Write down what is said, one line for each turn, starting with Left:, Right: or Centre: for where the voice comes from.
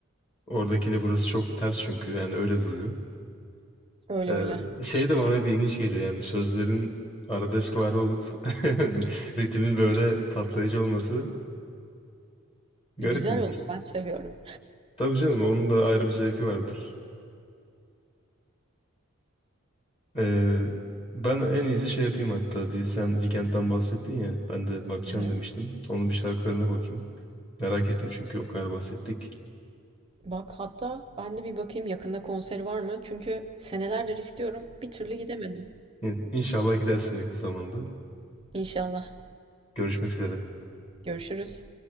Left: oradakiyle burası çok ters çünkü yani öyle duruyor.
Right: Öyle
Left: Ee,
Right: öyle.
Left: şey
Right: Hiç
Left: de bana hep ilginç geliyor yani sözlerin arabesk var olup <laughs> ritmin böyle patlayıcı olması <laughs> garip
Right: güzel
Left: bir mix.
Right: oldu. Ben seviyorum.
Left: Tabii canım onun da ayrı bir zevki vardır. Ee, ben en iyisi şey yapayım hatta bir sen Weekend'den bahsettin ya ben de bakacağım
Right: <laughs> Hı hı.
Left: demiştim. Onun bir şarkılarına bakayım. Merak ettim çünkü o kadar bahsettik.
Right: Bak hatta ben de bir bakayım yakında konseri var mı? Çünkü senelerdir istiyorum. Bir türlü gidemedim.
Left: İn- İnşallah gidersin yakın zamanda.
Right: İnşallah.
Left: Görüşmek üzere.
Right: Görüşürüz.